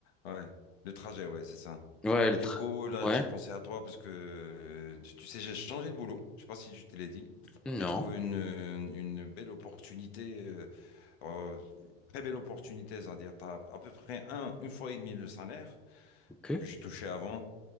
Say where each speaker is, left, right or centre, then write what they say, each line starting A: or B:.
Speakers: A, on the left (about 80°); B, in the centre.
A: ouais, le trajet, ouais, c'est ça.
B: Ouais, le
A: Et
B: tra...
A: du coup, là,
B: Ouais.
A: j'ai pensé à toi parce que, euh, tu, tu sais, j'ai changé de boulot. Je sais pas si je te l'ai dit.
B: Non,
A: J'ai trouvé une, euh, une belle opportunité, euh, euh, très belle opportunité, c'est-à-dire, t'as à peu près un, une fois et demie le salaire
B: ok.
A: que je touchais avant.